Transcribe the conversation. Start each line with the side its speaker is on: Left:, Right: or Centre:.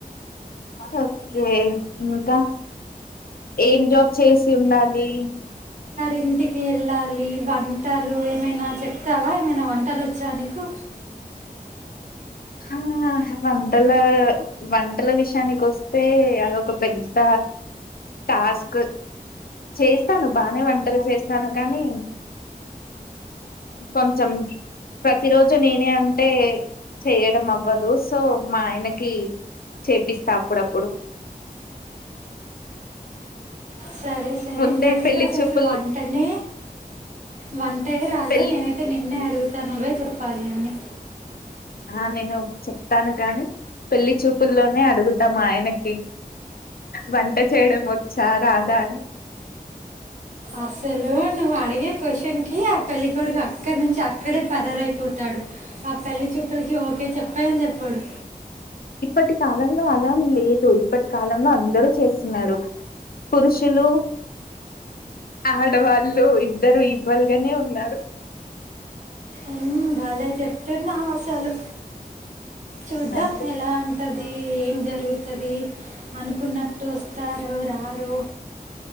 Left: ఎ రే ఇంకా ఏం జాబ్ చేసి ఉండాలి
Right: ఇంటికి వెళ్ళాలి వం పట్టాలు ఏమైనా చెప్తావ ఏమైనా వంట ఆటలులు వచ్చా నీకు
Left: హా వంటల వంటల విషయానికి వస్తే అదొక పెద్ద టాస్క్ చేస్తాను బానే వంటలు చేస్తాను కానీ కొంచెం ప్రతిరోజు నేనే అంటే చెయ్యడం అవ్వదు సో మా ఆయనకి చేపిస్తా అప్పుడప్పుడు
Right: సరే సరే
Left: ముందే
Right: నాకైతే
Left: పెళ్లి
Right: అసలుకి
Left: చూపులు
Right: వంటనే వంటె రాదు
Left: పెళ్లి
Right: నేనైతే నిన్నే అడుగుతను ఇక నువ్వే చెప్పాలి అన్నీ
Left: ఆ నేను చెప్తాను కాని పెళ్లిి చూపుల్లోనే అడుగుతా మా ఆయనకి వంట చేయడం వచ్చా రాదా అని
Right: అసలు నువ్వు అడిగే క్వషన్ కి ఆ పెళ్ళికొడుకు అక్కడ నుంచి అ అక్కడే పరారయిపోతాడు ఆ పెళ్లి చూపులకి ఓకే చెప్పేదని చెప్పాడు
Left: ఇప్పటి పాలంలో అలాం లేదు ఇప్పటి కాలంలో అందరూ చేస్తున్నారు పురుషులు ఆడవాళ్ళు ఇద్దరు ఈక్వల్గానే ఉన్నారు
Right: ఉమ్, భలే చెప్తున్నావసలు చూద్దాం
Left: అంతే
Right: ఎలా ఉంటది ఏం జరుగుతది అనుకున్నటు వస్తారో రారో